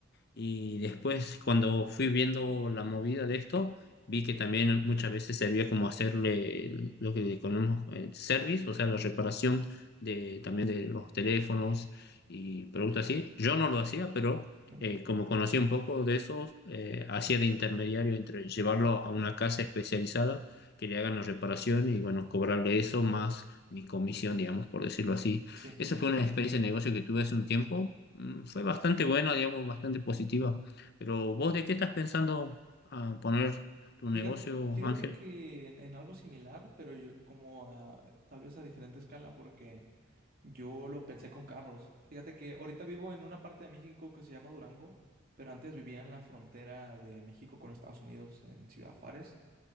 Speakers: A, on the left; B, on the right.
A: Y después, cuando fui viendo la movida de esto, vi que también muchas veces servía como hacerle el- lo que conocemos el service, o sea, la reparación de, también de los teléfonos y productos así. Yo no lo hacía, pero
B: mm,
A: eh, como conocía un poco de eso, eh, hacía de intermediario entre llevarlo a una casa especializada que le hagan la reparación y, bueno, cobrarle eso más mi comisión, digamos, por decirlo así
B: Sí.
A: esa fue una experiencia de negocio que tuve hace un tiempo. Mm, Fue bastante buena, digamos, bastante positiva. Pero vos, ¿de qué estás pensando a poner tu
B: Fíjate,
A: negocio,
B: fíjate
A: Ángel?
B: que en, en algo similar, pero yo como a- tal vez a diferente escala, porque Yo lo pensé con carros. Fíjate que ahorita vivo en una parte de México que se llama Durango, pero antes vivía en la frontera de México con Estados Unidos, en Ciudad Juárez,